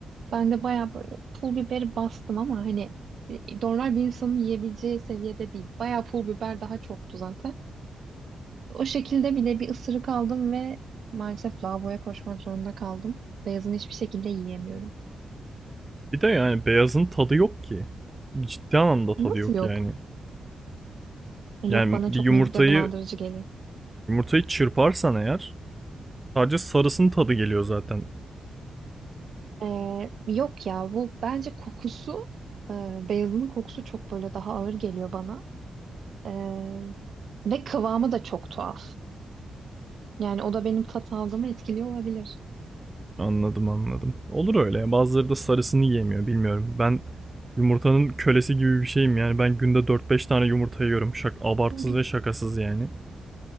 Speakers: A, on the right; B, on the right.
A: Ben de bayağı böyle pul biberi bastım ama hani e, normal bir insanın yiyebileceği seviyede değil. Bayağı pul biber daha çoktu zaten. O şekilde bile bir ısırık aldım ve maalesef lavaboya koşmak zorunda kaldım. Beyazını hiçbir şekilde yiyemiyorum.
B: Bir de yani beyazın tadı yok ki. Ciddi anlamda tadı
A: Nasıl
B: yok
A: yok?
B: yani.
A: Yok
B: Yani
A: bana
B: bir
A: çok
B: yumurtayı
A: mide bulandırıcı geliyor.
B: yumurtayı çırparsan eğer sadece sarısının tadı geliyor zaten.
A: Ee, yok ya bu bence kokusu e, beyazının kokusu çok böyle daha ağır geliyor bana. Ee, ve kıvamı da çok tuhaf. Yani o da benim tat algımı etkiliyor olabilir.
B: Anladım, anladım. Olur öyle ya. Bazıları da sarısını yiyemiyor, bilmiyorum. Ben yumurtanın kölesi gibi bir şeyim yani. Ben günde dört beş tane yumurta yiyorum. Şak abartsız
A: Bugün
B: ve şakasız yani.